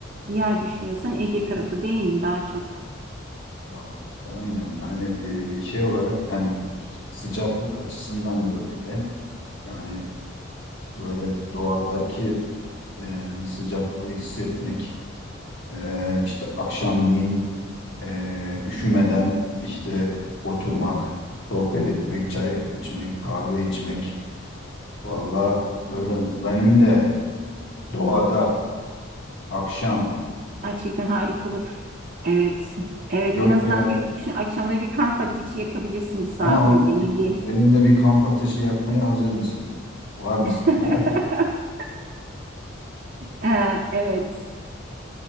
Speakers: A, on the right (about 45°); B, on the left (about 70°).
A: bir yer düşünüyorsan Ege tarafı değil mi daha çok?
B: Ya işte aynen yani e, şey olarak yani sıcaklık açısından da öyle. Yani böyle doğadaki e, sıcaklığı hissetmek e, işte akşamleyin e, üşümeden işte oturmak, sohbet etmek, çay içmek, kahve içmek Vallahi böyle benim de doğada akşam
A: Gerçekten harika olur. Evet. Evet
B: gök
A: en azından
B: kenarı.
A: düşün akşamları bir kamp ateşi yakabilirsin bir sahilde
B: Ha onu diyecektim.
A: ne bileyim.
B: Benim de bir kamp ateşi yakmaya hazır mısın? Var mısın?
A: <laughs>
B: <laughs>
A: Ee, Evet.